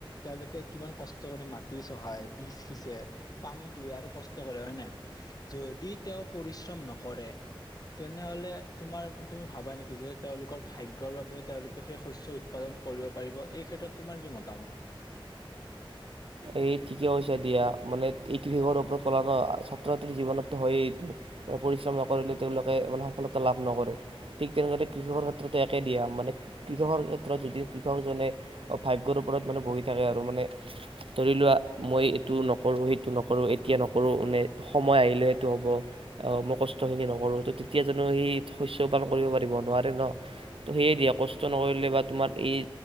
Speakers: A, on the left (about 45°); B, on the right (about 80°).
A: তেওঁলোকে কিমান কষ্ট কৰি মাটি হয় বীজ সিঁচে, পানী দিয়ে আৰু কষ্ট কৰে হয় নাই। যদি তেওঁ পৰিশ্ৰম নকৰে তেনেহ'লে তোমাৰ তুমি ভাবা নেকি যে, তেওঁলোকৰ ভাগ্যৰ বাবে তেওঁলোকে সেই শস্য উৎপাদন কৰিব পাৰিব, এই ক্ষেত্ৰত তোমাৰ কি মতামত?
B: এই ঠিকেই কৈছা দিয়া মানে কিহৰ ওপৰত কলা ন ছাত্ৰ- ছাত্ৰী জীৱনত হয়ে এই টো। পৰিশ্ৰম নকৰিলে তেওঁলোকে মানে সফলতা লাভ নকৰে! ঠিক তেনেদৰে কৃষকৰ ক্ষেত্ৰতেো একে দিয়া, মানে কৃষকৰ ক্ষেত্ৰত যদি কৃষকজনে ভাগ্যৰ ওপৰত মানে বহি থাকে আৰু মানে? ধৰি লোৱা, মই এইটো নকৰোঁ সেইটো নকৰোঁ এতিয়া নকৰোঁ মানে সময় আহিলে সেইটো হ'ব। আহ মই কষ্ট খিনি নকৰো ত তেতিয়া জানো সেই শস্য পালন কৰিব পাৰিব নোৱাৰে ন। ত' সেয়ে দিয়া কষ্ট নকৰিলে বা তোমাৰ এই